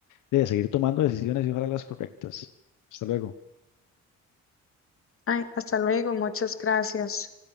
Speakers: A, on the left; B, on the left.
A: de seguir tomando decisiones y ojalá las correctas. Hasta luego.
B: Ay, hasta luego, muchas gracias.